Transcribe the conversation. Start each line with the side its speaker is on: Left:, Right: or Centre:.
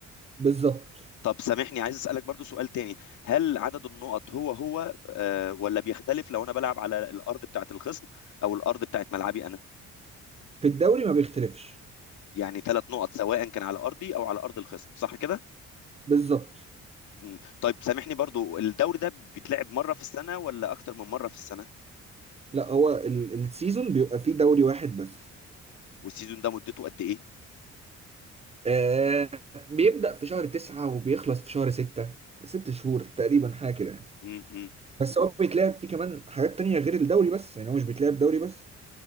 Right: بالظبط
Left: طب سامحني عايز اسالك برضو سؤال تاني هل عدد النقط هو هو آه ولا بيختلف لو انا بلعب على الارض بتاعه الخصم او الارض بتاعه ملعبي انا
Right: في الدوري ما بيختلفش
Left: يعني ثلاث نقط سواء كان على ارضي او على ارض الخصم صح كده
Right: بالظبط
Left: مم. طيب سامحني برضو الدوري ده بيتلعب مره في السنه ولا اكتر من مره في السنه
Right: لا هو ال- السيزون بيبقى فيه دوري واحد بس
Left: والسيزون ده مدته قد ايه
Right: آه بيبدأ في شهر تسعة وبيخلص في شهر ستة ست شهور تقريبا حاجة كده يعني
Left: امم
Right: بس هو بيتلعب فيه كمان حاجات تانية غير الدوري بس يعني هو مش بيتلعب دوري بس